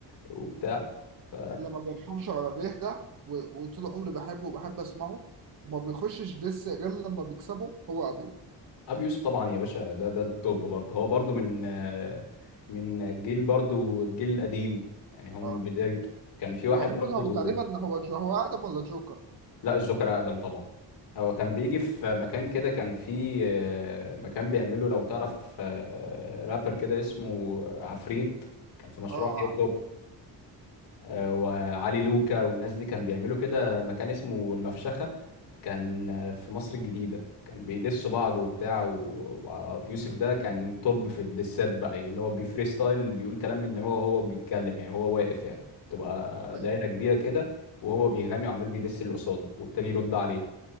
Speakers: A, on the left; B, on the right.
A: وبتاع ف
B: اللي ما بيرحمش ولا بيهدى و- وطول عمري بحبه وبحب أسمعه وما بيخشش دس غير لما بيكسبه هو أبيو
A: ابي يوسف طبعا يا باشا ده ده التوب برضه هو برضه من آه، من الجيل برضه الجيل القديم يعني هو من
B: اه
A: بدايته كان في واحد
B: هو عموما
A: برضه
B: هو تقريبا هو جو هو آدم ولا جوكر
A: لا الجوكر اقدم طبعا هو كان بيجي في مكان كده كان في آه، مكان بيعمله لو تعرف آه، رابر كده اسمه عفريت كان في مشروع
B: اه اه
A: هيب هوب آه، وعلي لوكا والناس دي كان بيعملوا كده مكان اسمه المفشخة كان آه، في مصر الجديدة كان بيدسوا بعض وبتاع و- وابيوسف ده كان توب في الدسات بقى إيه، اللي هو بيفريستايل بيقول كلام من دماغه وهو بيتكلم يعني هو واقف يعني تبقى
B: أيوه
A: دايرة كبيرة كده وهو بيغني وعمال بيدس اللي قصاده والتاني يرد عليه